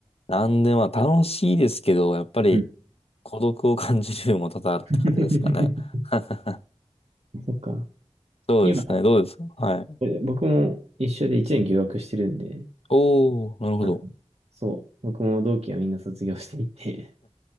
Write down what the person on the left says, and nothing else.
なんでまあ楽しいですけど、やっぱり
孤独を感じるのも多々あるって感じですかね。
<laughs>
そうですね。
どうですかはい。
おー、なるほど。